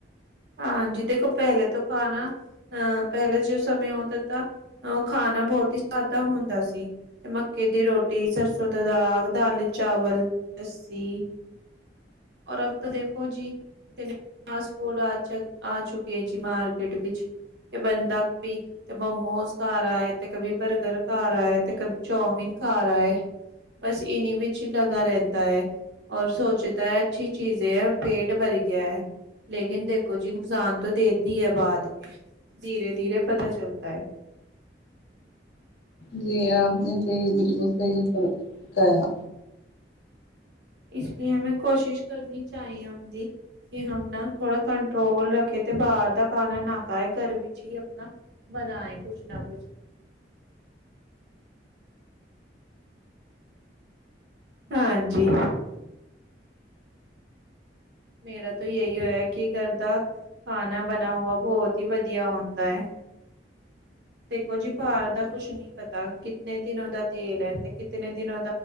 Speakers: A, on the right (about 70°); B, on the left (about 70°).
A: ਹਾਂਜੀ ਦੇਖੋ ਪੈਲੇ ਤੋਂ ਖਾਣਾ ਅਹ ਪੈਲੇ ਜੋ ਸਮੇਂ ਹੋਤੇ ਤਾਂ ਓ ਖਾਣਾ ਬਹੁਤ ਹੀ ਸਾਦਾ ਹੁੰਦਾ ਸੀ ਤੇ ਮੱਕੇ ਦੀ ਰੋਟੀ ਸਰਸੋ ਦੇ ਦਾਗ, ਦਾਲ-ਚਾਵਲ, ਲੱਸੀ ਔਰ ਅ ਤੋਂ ਦੇਖੋ ਜੀ <unintelligible> ਫਾਸਟ ਫੂਡ ਚ ਆ ਚੁੱਕੇ ਜੀ ਮਾਰਕੀਟ ਵਿਚ ਕਿ ਬੰਦਾ ਕੋਈ ਤੇ ਮੋਮੋਸ ਕਾਰ ਆਏ ਤੇ ਕਭੀ ਬਰਗਰ ਕਾਰ ਆਏ ਤੇ ਕਭੀ ਚਾਮੀਨ ਕਾਰ ਆਏ ਬਸ ਇਨੀ ਵਿੱਚ ਲਗਾ ਰੈਂਦਾ ਏ ਔਰ ਸੋਚਦਾ ਏ ਅੱਛੀ ਚੀਜ਼ ਏ ਆ ਪੇਟ ਭਰ ਗਿਆ ਐ ਲੇਕਿਨ ਦੇਖੋ ਜੀ ਨੁਕਸਾਨ ਤੋਂ ਦੇ ਦੀ ਏ ਬਾਅਦ ਮੈਂ ਧੀਰੇ-ਧੀਰੇ ਪਤਾ ਚੱਲਤਾ ਏ
B: ਜੀ ਆਪ ਨੇ ਸਈ ਬਿਲਕੁਲ ਸਈ ਕੈਆ
A: ਇਸ ਲਈ ਹਮੇਂ ਕੋਸ਼ਿਸ਼ ਕਰਨੀ ਚਾਹੀਏ ਹੁੰਦੀ ਕਿ ਹਮ ਨਾ ਥੋੜਾ ਕੰਟਰੋਲ ਰੱਖੇ ਤੇ ਬਾਰ ਦਾ ਖਾਣਾ ਨਾ ਖਾਏ ਕੱਰ ਵਿੱਚ ਈ ਅਪਣਾ ਬਣਾਏ ਕੁਛ ਨਾ ਕੁਛ ਹਾਂਜੀ। ਮੇਰਾ ਤੇ ਯੇਹ ਯੋ ਏ ਕਿ ਕੱਰ ਦਾ ਖਾਣਾ ਬਣਾ ਹੋਆ ਬੋਤ ਈ ਵਧੀਆ ਹੁੰਦਾ ਏ ਦੇਖੋ ਜੀ ਬਾਰ ਦਾ ਕੁਛ ਨੀ ਪਤਾ ਕਿਤਨੇ ਦਿਨ ਦਾ ਤੇਲ ਐ ਤੇ ਕਿਤਨੇ ਦਿਨ